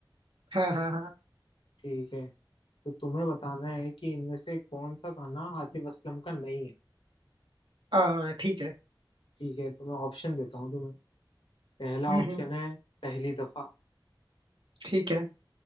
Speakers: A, on the right; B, on the left.
A: हाँ हाँ
B: ठीक है तो तुम्हें बताना है कि इनमें से कौन सा गाना आतिफ असलम का नहीं है
A: हाँ आ, ठीक है
B: ठीक है तो मैं ऑप्शन देता हूँ तुम्हें पहला
A: हम्म
B: ऑप्शन
A: हम्म,
B: है पहली दफा
A: ठीक है